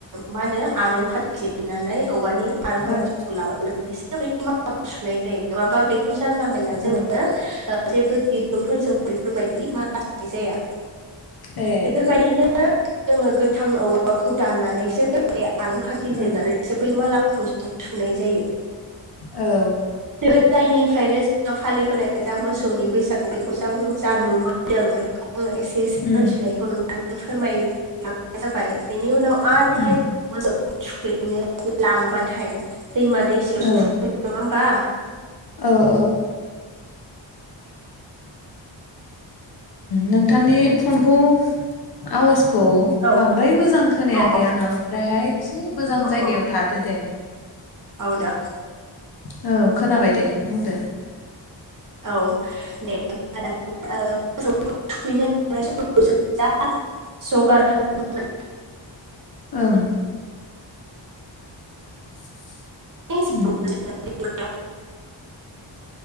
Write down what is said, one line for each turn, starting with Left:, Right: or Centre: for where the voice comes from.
Right: मा होनो आरं खाथि जिरनानै औवानि आरं खाथिखौ
Left: औ
Right: लाबोनानैसो बै मालाखौ सुनाय जायो। माबा बेखौ जोङो जानला मोनला
Left: औ
Right: जोङो जेबो दि रुंफोरजों बेफोरबायदि मा ला सुनाय जाया।
Left: ए
Right: बेफोरबायदिनो। जोङो गोथां औवाबाखौ दाननानैसो। आरं खाथि जिरनानैसो
Left: ओं
Right: बै माला खौ जों थुनाय जायो।
Left: औ।
Right: जायनिफ्रायनो जों फालिबोनाय जा मोसौनि बैसागु बेखौ जों जा नुबो दों बेखौ आङो एसे एसे
Left: उम
Right: मोनथिनायखौ नोंथांनो फोरमाय नाय जाबाय बेनि उनाव आरोहाय
Left: उम
Right: <inaudible> थुखैनो लांबाथाय दैमा दैसायावसो
Left: औ
Right: थुखैयो नङा होमबा?
Left: औ औ। नोंथांनि फनखौ आवाजखौ
Right: औ
Left: बांद्राय मोजां खोनायाखै
Right: औ
Left: आङो ओमफ्रायहाय एसे मोजां जायगायाव
Right: औ
Left: थादो दे।
Right: औ दे
Left: औ खोनाबाय दे। बुंदो
Right: औ दे। ओ मोसौ थुखैनो समाव जों जा जगार खालामदोंमोन।
Left: ओं। <inaudible>
Right: <unintelligible>
Left: उम